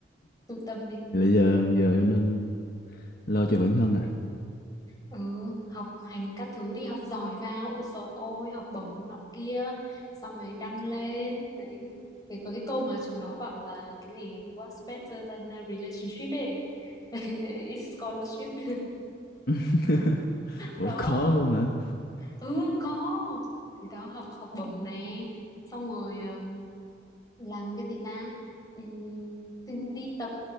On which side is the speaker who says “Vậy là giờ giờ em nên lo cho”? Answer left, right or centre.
Left